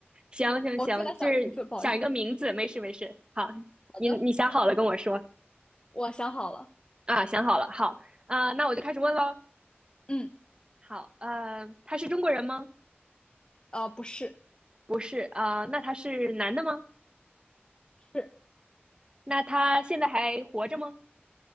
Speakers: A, on the right; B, on the left.
A: 行行行，
B: 我先来想名字，
A: 就是想一个名字，
B: 不好意思。
A: 没事没事。好，
B: 好的，
A: 你你想好了跟我说
B: 我想好了。
A: 啊，想好了，好啊、那我就开始问喽。
B: 嗯，
A: 好，呃，他是中国人吗？
B: 呃，不是，
A: 不是啊、那他是男的吗？
B: 是
A: 那他现在还活着吗？